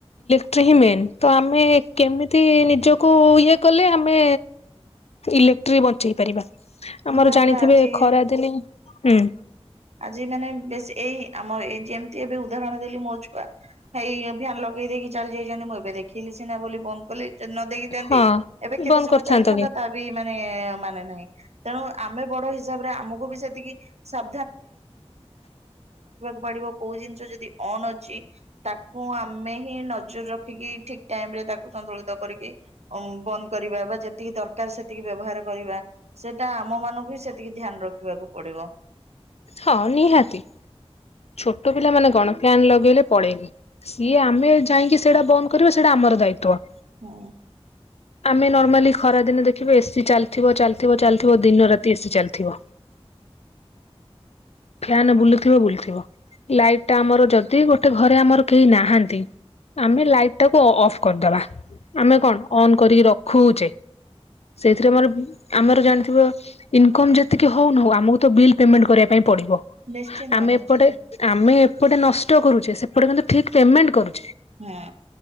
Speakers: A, on the left; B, on the right.
A: ଟ୍ରି ହିଁ ମେନ୍ ତ ଆମେ କେମିତି ନିଜକୁ ଇଏ କଲେ ଆମେ ଇଲେକ୍ଟ୍ରି ବଞ୍ଚେଇ ପାରିବା
B: ହୁଁ
A: ଆମର
B: ତାପରେ
A: ଜାଣିଥିବେ
B: ଆଜି
A: ଖରା ଦେଲେ ଇଁ ହୁଁ
B: ଆଜି ମାନେ ବେଶ ଏଇ ଆମ ଏଇ ଯେମିତି ଏବେ ଉଦାହରଣ ଦେଲି ମୋ ଛୁଆ ଭାଇ ଫ୍ୟାନ ଲଗେଇ ଦେଇକି ଚାଲି ଯାଇଛନ୍ତି ମୁଁ ଏବେ ଦେଖିଲି ଛିିନା ବୋଲି ବନ୍ଦ କଲେ ନ ଦେଖିଥାନ୍ତି
A: ହଁ
B: ଏବେ କେତେ
A: ବନ୍ଦ
B: ସମୟ
A: କରିଥାନ୍ତ
B: ଚାଲିଥାନ୍ତା
A: କି
B: ତା ବି ମାନେ ମାନେ ନାହିଁ ତେଣୁ ଆମେ ବଡ ହିସାବରେ ଆମକୁ ବି ସେତିକି ସବ ପାଡ଼ିବ କୋଉ ଜିନିଷ ଯଦି ଅନ୍ ଅଛି, ତାକୁ ଆମେ ହିଁ ନଜର ରଖିକି ଠିକ ଟାଇମ ରେ ତାକୁ ସନ୍ତୁଳିତ କରିକି ଅମ ବନ୍ଦ କରିବା ବା ଯେତିକି ଦରକାର ସେତିକି ବ୍ୟବହାର କରିବା ସେ ସେଟା ଆମ ମାନଙ୍କୁ ହି ସେତିକି ଧ୍ୟାନ ରଖିବାକୁ ପଡିବ।
A: ହଁ ନିହାତି। ଛୋଟ ପିଲା ମାନେ କଣ ଫ୍ୟାନ ଲଗେଇଲେ ପଳେଇଲେ ସିଏ ଆମେ ଯାଇକି ସେଇଟା ବନ୍ଦ କରିବା ସେଇଟା ଆମ ର ଦାୟିତ୍ୱ
B: ହୁଁ।
A: ଆମେ ନର୍ମାଲି ଖରାଦିନେ ଦେଖିବେ ଏସିି ଚାଲିଥିବ ଚାଲିଥିବ ଚାଲିଥିବ ଦିନ ରାତି ଏସିି ଚାଲିଥିବ ଫ୍ୟାନ ବୁଲୁଥିବ ବୁଲଥିବ। ଲାଇଟ ଟା ଆମର ଯଦି ଗୋଟେ ଘରେ ଆମର କେହି ନାହାନ୍ତି। ଆମେ ଲାଇଟ୍ ଟାକୁ ଅ-ଅଫ୍ କରିଦବା ଆମେ କଣ ଅନ୍ କରିକି ରଖୁଚେ ସେଥିରେ ଆମର ଆମର ଜାଣିଥିବ ଇନକମ ଯେତିକି ହଉ ନ ହଉ ଆମକୁ ତ ବିଲ ପେମେଣ୍ଟ କରିବା ପାଇଁ ପଡିବ
B: ନିଶ୍ଚିନ୍ତ
A: ଆମେ
B: ନିଶ୍ଚିନ୍ତ
A: ଏପଟେ ଆମେ ଏପଟେ ନଷ୍ଟ କରୁଛେ ସେପଟେ କିନ୍ତୁ ଠିକ ପେମେଣ୍ଟ କରୁ
B: ହୁଁ।